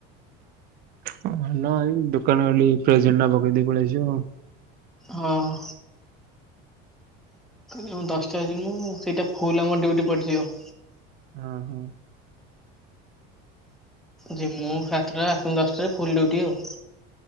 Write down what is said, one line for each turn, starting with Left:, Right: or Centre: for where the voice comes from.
Right: ହ ହଲ ଆଇ ଦୋକାନ ଖାଲି ପ୍ରେଜେଣ୍ଟଟା ପକେଇ ଦେଇ ପଳେଇଆସିବ ଆଉ।
Centre: ହଁ। ମୁଁ ଦଶଟାରେ ଯିବୁ ସେଇଟା ଫୁଲ୍ ଆମର ଡ୍ୟୁଟି ପଡିଯିବ।
Right: ହଁ ହଁ।
Centre: ଯିମୁଁ ସାତଟା ଆସୁ ଦଶଟାରେ ଫୁଲ ଡୁଟି ଆଉ